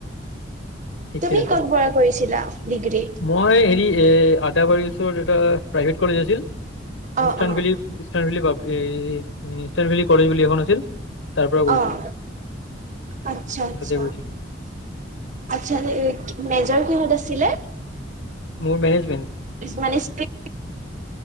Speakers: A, on the left; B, on the right.
A: ঠিকে
B: তুমি
A: আছে
B: ক'ত পৰা কৰিছিলা ডিগ্ৰী?
A: মই হেৰি এ আদাবাৰীৰ ওচৰত এটা প্ৰাইভেট কলেজ আছিল
B: অ'
A: ইষ্টাণ
B: অ'
A: ভেলী ইষ্টান ভেলী পাব এ উম ইষ্টান ভেলী কলেজ বুলি এখন আছিল তাৰ পৰা কৰিছিলো
B: অ' আচ্ছা আচ্ছা
A: তাতে কৰিছিলো
B: আচ্ছা তে মেজৰ কিহত আছিল ছিলে
A: মোৰ মেনেজমেন্ট
B: মানে ষ্ট্ৰীম